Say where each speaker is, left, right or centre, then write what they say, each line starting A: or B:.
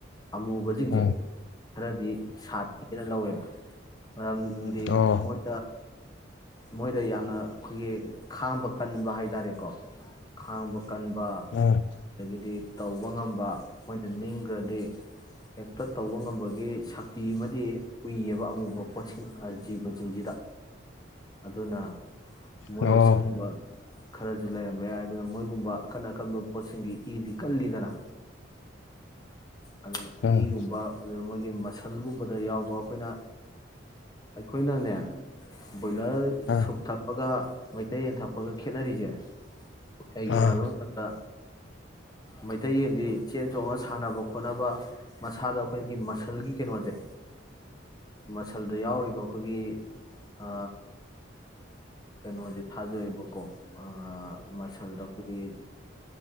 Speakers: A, on the left; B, on the left.
A: ꯑꯃꯨꯕꯁꯤꯡꯁꯦ
B: ꯎꯝ
A: ꯈꯔꯗꯤ ꯁꯥꯠꯠꯇꯦꯅ ꯂꯧꯋꯦꯕ ꯃꯔꯝꯗꯤ
B: ꯎꯝ ꯎꯝ ꯑꯣ
A: ꯃꯣꯏꯅ ꯃꯣꯏꯗ ꯌꯥꯝꯅ ꯑꯩꯈꯣꯏꯒꯤ ꯈꯥꯡꯕ ꯀꯟꯕ ꯍꯥꯏ ꯇꯔꯦꯀꯣ ꯈꯥꯡꯕ ꯀꯟꯕ
B: ꯎꯝ
A: ꯑꯗꯒꯤꯗꯤ ꯇꯧꯕ ꯉꯝꯕ ꯃꯣꯏꯅ ꯅꯤꯡꯈ꯭ꯔꯗꯤ ꯍꯦꯛꯇ ꯇꯧꯕ ꯉꯝꯕꯒꯤ ꯁꯛꯇꯤ ꯑꯃꯗꯤ ꯎꯏꯌꯦꯕ ꯑꯃꯨꯕ ꯄꯣꯠꯁꯤꯡ ꯖꯤꯕꯁꯤꯡꯁꯤꯗ ꯑꯗꯨꯅ ꯃꯣꯏ
B: ꯑꯣ
A: ꯑꯁꯤꯒꯨꯝꯕ ꯈꯔꯁꯨ ꯂꯩꯔꯝꯕ ꯌꯥꯏ ꯑꯗꯨꯅ ꯃꯣꯏ ꯨꯝꯕ ꯑꯀꯟ ꯑꯀꯟꯕ ꯄꯣꯠꯁꯤꯡꯒꯤ ꯏꯗꯤ ꯀꯜꯂꯤ ꯇꯔꯥ ꯑ
B: ꯎꯝ ꯎꯝ
A: ꯏꯒꯨꯝꯕ ꯑꯗꯨ ꯃꯣꯏꯒꯤ ꯁꯟꯒꯨꯝꯕꯗ ꯌꯥꯎꯕ ꯑꯩꯈꯣꯏꯅ ꯑꯩꯈꯣꯏꯅꯅꯦ ꯕꯣꯏꯂꯔ
B: ꯑꯥ
A: ꯁꯨꯞ ꯊꯛꯄꯒ ꯃꯩꯇꯩ ꯌꯦꯟ ꯊꯄꯒ ꯈꯦꯅꯔꯤꯁꯦ ꯀꯩꯒꯤꯅꯣ
B: ꯑꯥ
A: ꯍꯥꯏꯕ ꯃꯇꯝꯗ ꯃꯩꯇꯩ ꯌꯦꯟꯗꯤ ꯆꯦꯟ ꯆꯣꯡꯉ ꯁꯥꯟꯅꯕ ꯈꯣꯠꯅꯕ ꯃꯁꯥꯗ ꯑꯩꯈꯣꯏꯒꯤ ꯃꯁꯜꯒꯤ ꯀꯩꯅꯣꯁꯦ ꯃꯁꯜꯗ ꯌꯥꯎꯔꯤꯕ ꯑꯩꯈꯣꯏꯒꯤ ꯑ ꯀꯩꯅꯣꯗꯤ ꯊꯥꯗꯣꯑꯦꯕꯀꯣ ꯑ ꯑ ꯃꯁꯜꯗꯕꯨꯗꯤ